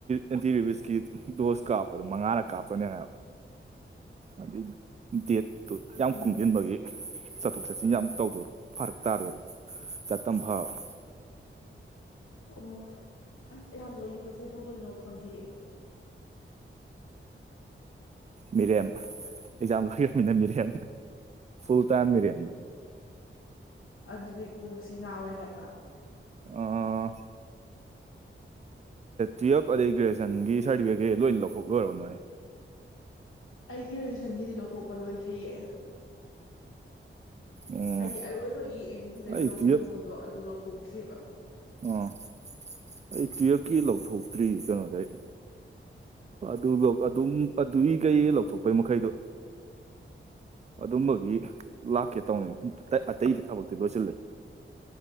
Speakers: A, on the right; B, on the left.
A: ꯑꯦꯟꯇꯤꯔꯤꯕꯤꯁꯀꯤ ꯗꯣꯁ ꯀꯥꯞꯄ ꯑꯗꯨꯣ ꯃꯉꯥꯔꯛ ꯀꯥꯞꯄꫭꯅ ꯑꯗꯨꯒꯤ ꯗꯦꯠꯇꯨ ꯌꯥꯝ
B: ꯎꯝ
A: ꯀꯨꯡꯁꯤꯟꯕꯒꯤ ꯆꯠꯊꯣꯛ ꯆꯠꯁꯤꯟ ꯌꯥꯝ ꯇꯧꯗꯣꯏ ꯐꯔꯛ ꯇꯥꯗꯧꯔꯕ ꯆꯠꯇꯝꯅ ꯐꯥꯕ
B: ꯑꯣ ꯑꯁ ꯑꯋꯥꯝ ꯂꫭꯏꯕꯁꯦ ꯀꯔꯤ ꯇꯧꯗꯣꯏꯅꯣ ꯈꯪꯗꯩꯌꯦ
A: ꯃꯤꯔꯦꯝ꯫ ꯑꯦꯛꯖꯥꯝ ꯂꯃꯤꯅ ꯃꯤꯔꯦꯝ ꯐꯨꯜ ꯇꯥꯏꯝ ꯃꯤꯔꯦꯝꯅꯤ
B: ꯑꯗꯨꯅꯤ ꯀꯣꯛꯁꯤ ꯉꯥꯎꯋꯦ ꯍꯥꯏꯕꯅꯤ
A: ꯑꯑꯑꯑ ꯇꯨꯋꯜꯞ ꯑꯗꯩ ꯒ꯭ꯔꯦꯖꯨꯑꯦꯁꯟꯒꯤ ꯁꯥꯔꯇꯤꯐꯤꯀꯦ ꯂꯣꯏ ꯂꯧꯊꯣꯛꯂꯣꯏꯔꯕꯅꯣ
B: ꯑꯩ ꯒ꯭ꯔꯦꯖꯨꯋꯦꯁꯟꯒꯤꯗꯤ ꯂꯧꯊꯣꯛꯄ ꯂꯣꯏꯗ꯭ꯔꯤꯌꯦ
A: ꯑꯣ
B: ꯍꯥꯏꯗꯤ ꯑꯔꯣꯏꯕꯒꯤ ꯑꯦꯝ ꯌꯨꯗꯒꯤ
A: ꯑꯩ
B: ꯂꯧꯊꯣꯛꯇꯧꯕꯗꯣ
A: ꯇꯨꯌꯦꯜꯞ
B: ꯑꯗꯨ ꯂꯧꯊꯣꯛꯇ꯭ꯔꯤꯑꯕ
A: ꯑꯥ ꯑꯩ ꯇꯨꯌꯦꯜꯐꯀꯤ ꯂꯧꯊꯣꯛꯇ꯭ꯔꯤ ꯀꯩꯅꯣꯗꯏꯗꯤ ꯑꯗꯨ ꯑꯗꯨꯝ ꯑꯗꯨꯏ ꯀꯩ ꯂꯧꯊꯣꯛꯄꯩ ꯃꯈꯩꯗꯣ ꯑꯗꯨꯝꯕꯒꯤ ꯂꯥꯛꯀꯦ ꯇꯧꯅꯤ ꯑꯇꯩꯗꯤ ꯊꯕꯛꯇꯤ ꯂꯣꯏꯁꯤꯜꯂꯦ